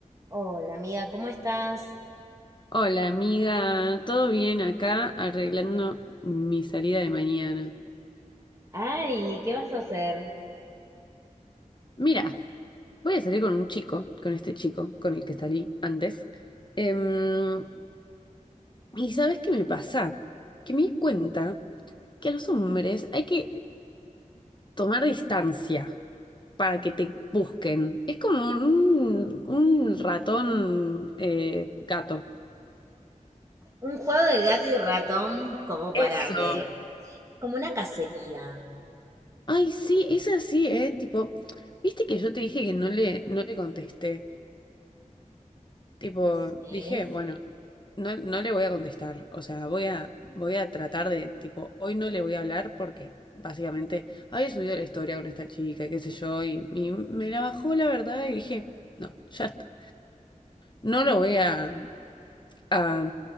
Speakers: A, on the right; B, on the left.
A: Hola amiga, ¿cómo estás?
B: Hola amiga, ¿todo bien acá arreglando mi salida de mañana?
A: Ay, ¿qué vas a hacer?
B: Mira, voy a salir con un chico, con este chico con el que salí antes. Em, ¿y sabes qué me pasa? Que me di cuenta que a los hombres hay que tomar distancia para que te busquen. Es como un, un ratón eh, gato.
A: Un juego de gato y ratón como para
B: Eso.
A: que, como una cacería.
B: Ay, sí, es así, ¿eh? Tipo, ¿viste que yo te dije que no le, no le contesté? Tipo,
A: Sí.
B: dije, bueno, no, no le voy a contestar. O sea, voy a, voy a tratar de, tipo, hoy no le voy a hablar porque básicamente había subido la historia con esta chica y qué sé yo, y, y me la bajó la verdad y dije, no, ya está. No lo voy a, a,